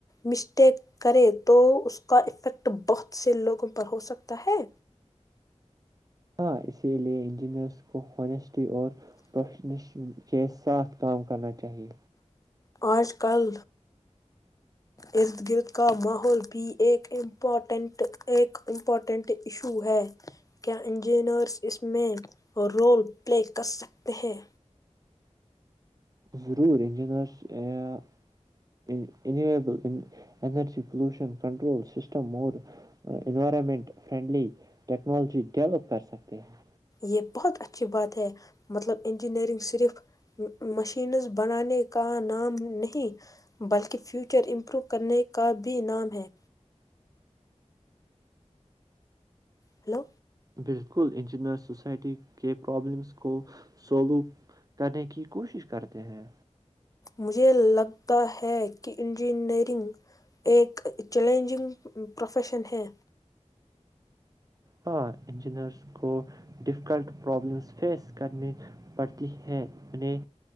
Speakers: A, on the left; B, on the right.
A: مسٹیک کریں تو اس کا افیکٹ بہت سے لوگوں پر ہو سکتا ہے
B: ہاں اسی لیے انجینئرس کو ہونیسٹی اور پروفیشنش کےس ساتھ کام کرنا چاہیے
A: آج کل ارد گرد کا ماحول بھی ایک امپورٹنٹ ایک امپورٹنٹ ایشو ہے کیا انجینئرز اس میں رول پلے کر سکتے ہیں
B: ضرور انجینئرسبل انرجی پولوشن کنٹرول سسٹم اور انوائرمنٹ فرینڈلی ٹیکنالوجی ڈیولپ کر سکتے ہیں
A: یہ بہت اچھی بات ہے مطلب انجینئرنگ صرف مشینز بنانے کا نام نہیں بلکہ فیوچر امپروو کرنے کا بھی نام ہے ہیلو
B: بالکل انجینئر سوسائٹی کے پرابلمس کو سولوو کرنے کی کوشش کرتے ہیں
A: مجھے لگتا ہے کہ انجینئرنگ ایک چیلنجنگ پروفیشن ہے
B: ہاں انجینئرس کو ڈفیکلٹ پرابلمس فیس کرنی پڑتی ہیں انہیں